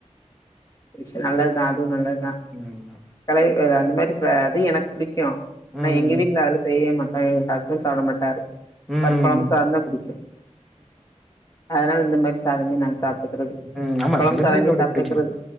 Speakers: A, on the left; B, in the centre.
A: ஆக்சுவலா நல்லதுதா அதுவு நல்லதுதா
B: ம்
A: கெளரி அந்த மாரி அது எனக் புடிக்கு ஆனா
B: ம்.
A: எங்க வீட்ல அலு செய்ய மாட்டாரு எங்க ஹஸ்பண் சாப்ட மாட்டாரு
B: ம்.
A: அவர்க்கு கொழம்பு சாத தா பிடிக்கு அதனால இந்த மாரி சாதமே நாங்க சாப்
B: ம். ஆமா.
A: கொழம்பு
B: சில
A: ஸாதமே
B: பேருக்கு அப்படி
A: சாப்டுக்றது
B: பிடிக்கலாம்.